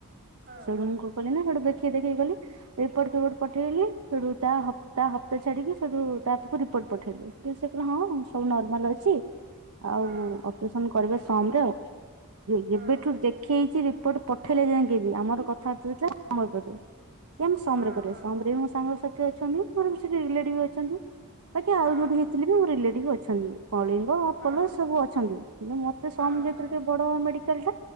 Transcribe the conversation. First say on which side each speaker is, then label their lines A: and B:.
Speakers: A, on the right; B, on the right.
A: ହଁ
B: ସେଠୁ ମୁ କଲିନା ସେଡୁ ଦେଖି କିଏ ଦେଖି କି ଗଲି ରିପୋର୍ଟ ଫିପୋଟ ପଠେଇଲି ସେଠୁ ତା ହପା ତା ହପ୍ତା ଛାଡିକି ସେଠୁ ତା ପାକୁ ରିପୋର୍ଟ ପଠେଇଲି ସେ <unintelligible> ହଁ ସବୁ ନର୍ମାଲ ଅଛି ଆଉ
A: ହଁ
B: ଅପରେସନ କରିବା ସମ ରେ ଆଉ
A: ହଁ
B: ଏବେଠୁ ଦେଖିେଇଛି ରିପୋର୍ଟ ପଠେଇଲେ ଯାଇକି ବି ଆମର କଥାବାର୍ତ୍ତା ହେଥିଲା ଆମ ଉପରେ ଏ ଆମ ସମରେ
A: ହଁ
B: କରିବା
A: ହଁ
B: ସମରେ ବି ମୋ ସାଙ୍ଗ ସାାଥି ଅଛନ୍ତି ମୋର ବିସେଠି ରିଲେଟିଭ ଅଛନ୍ତି ବାକି ଆଉ
A: ହଁ
B: ଯୋଉଠି ଥିଲେ ବି ମୋର ରିଲେଟିଭ ଅଛନ୍ତି କଳିଙ୍ଗ ଆପଲ
A: ହଁ
B: ସବୁ ଅଛନ୍ତି କିନ୍ତୁ ମତେ
A: ହଁ
B: ସମ ଯେ
A: ହଁ ହଁ
B: ବଡ଼ ମେଡିକାଲ ଟା